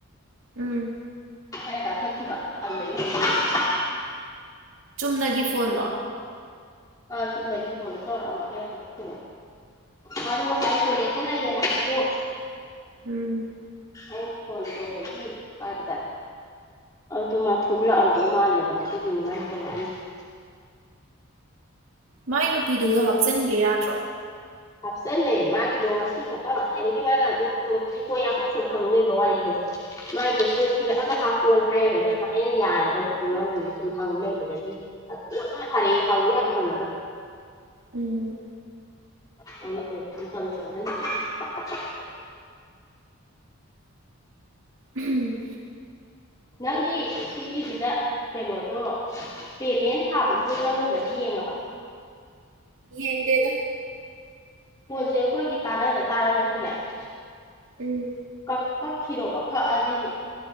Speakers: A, on the right (about 65°); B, on the left (about 15°).
A: ꯎꯝ
B: ꯑꯩꯅ ꯀꯛꯊꯠꯈꯤꯕ ꯑꯗꯨꯗꯒꯤ ꯍꯧꯒꯠꯂꯛꯏꯅ‌ꯦ
A: ꯆꯨꯝꯅꯒꯤ ꯐꯣꯟꯂꯣ
B: ꯑꯥ ꯆꯨꯝꯅꯒꯤ ꯐꯣꯟꯗ ꯇꯧꯔꯛꯑꯝꯕ ꯑꯩꯅ ꯀꯠꯊꯠꯈꯤꯕ ꯃꯗꯣ ꯉꯁꯥꯏ ꯀꯨꯏꯔꯦꯛꯇ ꯂꯩꯌꯦꯅ ꯍꯥꯏꯕꯗꯣ
A: ꯎꯝ
B: ꯑꯩꯅ ꯐꯣꯟ ꯇꯧꯕꯒꯤ ꯍꯥꯏꯕꯗ ꯑꯗꯨ ꯃꯥ ꯊꯣꯛꯂꯛꯑꯝꯗꯧ ꯃꯥꯜꯂꯦꯕ ꯑꯗꯨꯒꯤꯅꯤ ꯃꯥꯅ ꯇꯧꯔꯛꯑꯝꯃꯤꯗ‌ꯦ
A: ꯃꯥꯏ ꯅꯨꯄꯤꯗꯨꯁꯨ ꯍꯥꯞꯆꯤꯟꯒꯦ ꯌꯥꯗ꯭ꯔꯣ
B: ꯍꯥꯞꯆꯤꯜꯂꯦ ꯃꯥꯒꯤꯗꯣ ꯉꯁꯤ ꯈꯛꯇ ꯑꯗꯒꯤ ꯃꯥꯅ ꯑꯗꯨꯝ ꯊꯦꯀꯣꯏ ꯅꯥꯀꯣꯏꯁꯨꯝ ꯍꯪꯂꯩꯕ ꯋꯥꯔꯤꯗꯣ ꯃꯥꯏꯗꯣ ꯀꫭꯛ ꯄꯤꯔꯛꯑꯒ ꯍꯥꯞꯄꯣꯅ ꯍꯥꯏꯔꯒ ꯍꯥꯏꯌꯦꯅ ꯌꯥꯔꯒꯕꯨꯗꯣ ꯃꯥꯅꯅꯦ ꯁꯨꯝ ꯍꯪ ꯂꯩꯕꯗꯒꯤ ꯂꯣꯏꯅ ꯐꯥꯔꯛꯑꯦ ꯍꯧꯒꯦꯕ ꯍꯪꯉꯒ
A: ꯎꯝ
B: ꯍꯇꯜ ꯆ ꯍꯥꯏ <unintelligible>
A: ꯎꯝ
B: ꯅꯪꯒꯤ ꯁꯤꯒꯤꯁꯤꯗ ꯀꯩꯅꯣꯗꯣ ꯄꯦꯃꯦꯟ ꯊꯥꯕꯗꯨꯗ ꯆꯪꯉꯒꯗꯤ ꯌꯦꯡꯉꯕ
A: ꯌꯦꯡꯗꯦꯗꯣ
B: ꯄꯣꯟꯁꯦ ꯑꯩꯈꯣꯏꯒꯤ ꯇꯥꯟꯅꯗ ꯇꯥꯔꯒꯁꯨꯅꯦ <unintelligible>
A: ꯎꯝ
B: ꯀꯛ ꯀꯛꯈꯤꯔꯣꯕ ꯀꯛꯑꯗꯤ